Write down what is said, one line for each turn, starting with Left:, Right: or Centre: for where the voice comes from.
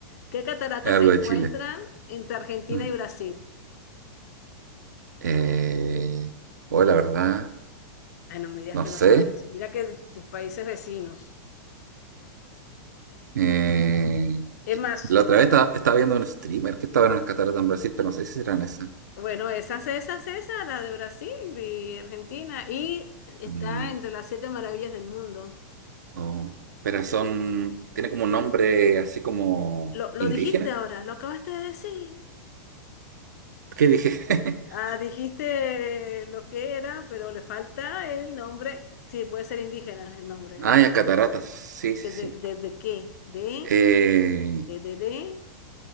Left: ¿Qué cataratas
Right: es algo
Left: se encuentran
Right: de Chile.
Left: entre Argentina
Right: Mm.
Left: y Brasil?
Right: Eh, o la verdad,
Left: Ay, no me digas
Right: no
Left: que
Right: sé.
Left: no sabes. Mira que tus países vecinos.
Right: Eh,
Left: Es más.
Right: la otra vez esta- estaba, viendo un streamer que estaba en las cataratas en Brasil, pero no sé si eran esas.
Left: Bueno, esas, esas, esas, la de Brasil y Argentina. Y está
Right: Mm,
Left: entre las siete maravillas del mundo.
Right: no. Pero son, tiene como un nombre así como
Left: Lo, lo
Right: indígena.
Left: dijiste ahora, lo acabaste de decir.
Right: ¿Qué dije? <laughs>
Left: Ah, dijiste lo que era, pero le falta el nombre. Sí, puede ser indígena el nombre que
Right: Ah,
Left: le falta.
Right: ya, cataratas. Sí, sí,
Left: ¿De, de,
Right: sí.
Left: de, de qué? ¿De?
Right: Eh,
Left: ¿De, de, de?